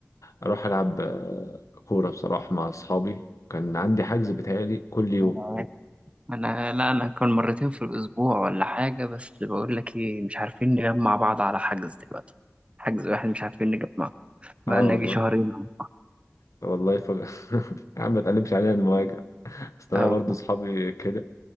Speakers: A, on the left; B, on the right.
A: اروح العب آه، كوره بصراحه مع اصحابي كان عندي حجز بيتهيألي كل يوم
B: بس؟ انا لا انا كان مرتين في الاسبوع ولا حاجه بس بقول لك ايه مش عارفين نجمع بعض على حجز دلوقتي حجز واحد مش عارفين نجمع
A: اه
B: بقى لنا
A: والله
B: يجي شهرين اهو
A: والله ف... <laughs> يا عم ما تقلبش علينا المواجع اصل انا
B: اه
A: برضو اصحابي كده